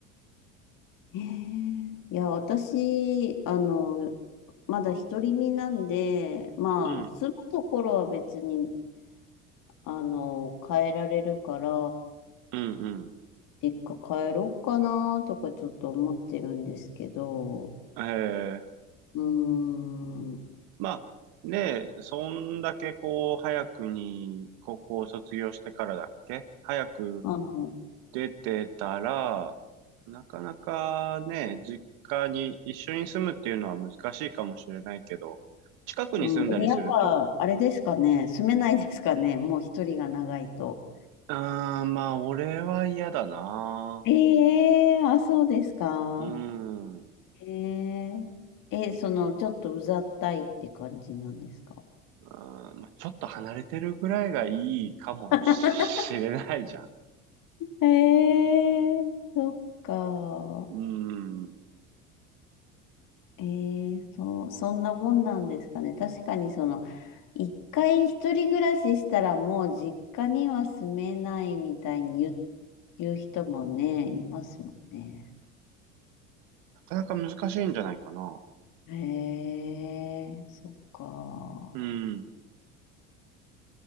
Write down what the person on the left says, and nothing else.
ええいや、私、あの、まだ独り身なんで、まあ、
住むところは別に、あの、変えられるから、
実家帰ろうかなとかちょっと思ってるんですけど、
うーん、
あの、
うん、えやっぱ、あれですかね、住めないですかね、もう一人が長いと。
ええーあ、そうですか。
えええ、その、ちょっとうざったいって感じなんですか。
<laughs> ええーそっか。
ええ、そう、そんなもんなんですかね。確かにその、一回一人暮らししたらもう実家には住めないみたいに言う、言う人もね、いますもんね。
へえ、そっか。